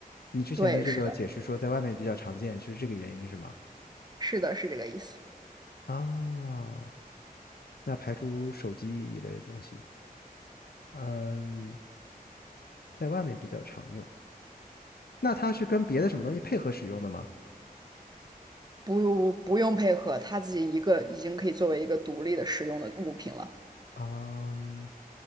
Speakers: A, on the left; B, on the right.
A: 你之前的这个解释说在外面比较常见，
B: 对，是的，
A: 是这个原因是吗？
B: 是的，是这个意思。
A: 啊，那排除手机一类的东西，嗯，在外面比较常用。那它是跟别的什么东西配合使用的吗？
B: 不不用配合，它自己一个已经可以作为一个独立的使用的物品了，
A: 嗯，